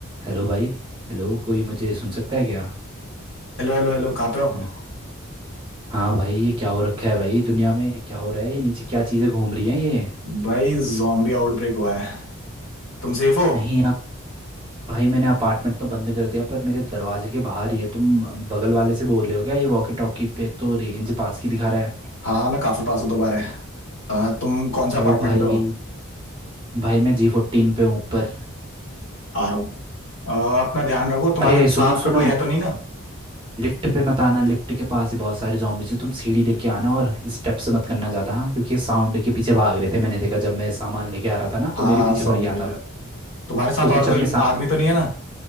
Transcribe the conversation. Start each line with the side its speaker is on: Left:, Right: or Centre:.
Right: हेलो भाई हेलो कोई मुझे सुन सकता है क्या
Left: Hello hello hello कहाँ पे हो
Right: हम्म। हाँ भाई ये क्या हो रखा है भाई दुनिया में क्या हो रहा है ये नीचे क्या चीज़ें घूम रही हैं ये
Left: भाई जॉम्बी आउटब्रेक हुआ है तुम सेफ हो
Right: नहीं यार भाई मैंने अपार्टमेंट तो बंद कर दिया पर मेरे दरवाजे के बाहर ही है तुम बगल वाले से बोल रहे हो क्या ये वॉकी टॉकी पे तो रेंज पास की दिखा रहा है
Left: हाँ मैं काफी पास हूँ दोबारा आ, तुम कौन सा
Right: तो
Left: अपार्टमेंट
Right: भाई
Left: पे हो
Right: भाई मैं जी फोर्टीन पे हूँ ऊपर
Left: आ रहा हूँ आ, अपना ध्यान रखो तुम्हारे
Right: अरे सुनो
Left: साथ
Right: सुनो
Left: पे कोई है तो नहीं ना
Right: लिफ्ट पे मत आना लिफ्ट के पास ही बहुत सारे zombies हैं तुम सीढ़ी लेके आना और स्टेप से मत करना ज़्यादा हाँ क्योंकि साउंड के पीछे भाग रहे थे मैंने देखा जब मैं सामान लेके आ रहा था ना तो
Left: हाँ
Right: मेरे पीछे
Left: साउंड
Right: पड़ गया
Left: के पीछे
Right: था वो।
Left: जा रहा है। तुम्हारे साथ
Right: तो कुछ
Left: और कोई
Right: अपने साथ
Left: आदमी तो नहीं है ना